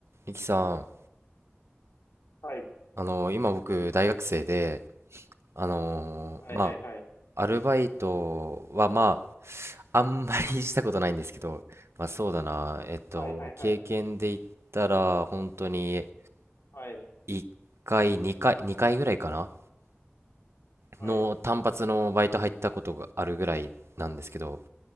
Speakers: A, on the right (about 85°); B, on the left (about 80°).
A: リキさん、
B: はい。
A: あの今僕大学生で、あのま
B: はいはいはい。
A: あアルバイトはまああんまり <laughs> したことないんですけど、まあそうだな、えっと経験で言ったら本当に
B: はいはいはい。はい。
A: 1回2回2回ぐらいかな
B: はい。
A: の単発のバイト入ったことがあるぐらいなんですけど、